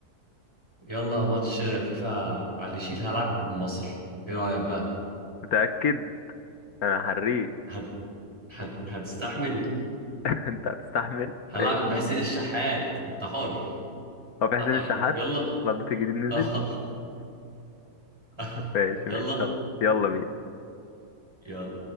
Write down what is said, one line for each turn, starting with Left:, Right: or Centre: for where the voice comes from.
Right: يلا ماتش فيفا على اللي يشيل هلعب بمصر ايه رايك بقى
Left: متأكد أنا حريت
Right: هت... هت... هتستحمل
Left: <laughs> أنت هتستحمل
Right: هلعبك
Left: ماشي
Right: بحسين الشحات انت حر
Left: هو
Right: انت
Left: في حسين
Right: حر
Left: الشحات
Right: يلا
Left: الأبديت الجديد نزل
Right: اه <laughs>
Left: ماشي
Right: يلا
Left: ماشي خلاص يلا بينا
Right: يلا